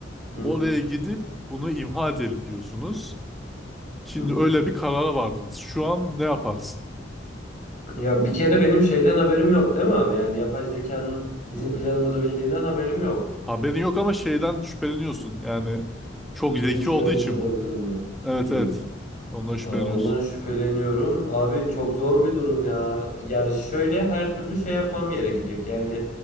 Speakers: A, on the left; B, in the centre.
A: Hı
B: Oraya
A: hı.
B: gidip bunu imha edelim diyorsunuz. Şimdi
A: Hı hı.
B: öyle bir karara vardınız. Şu an ne yaparsın?
A: Ya bir kere benim şeyden haberim yok değil mi abi? Yani yapay zekanın bizim planımızı bildiğinden haberim yok.
B: Haberin yok ama şeyden şüpheleniyorsun. Yani çok zeki
A: Duymuş
B: olduğu
A: görmüş
B: için
A: olabilir
B: bu.
A: mi?
B: Evet
A: Hı.
B: evet. Ondan şüpheleniyorsun.
A: Aa, Ondan şüpheleniyorum. Abi çok zor bir durum ya. Ya şöyle her türlü şey yapmam gerekecek. Yani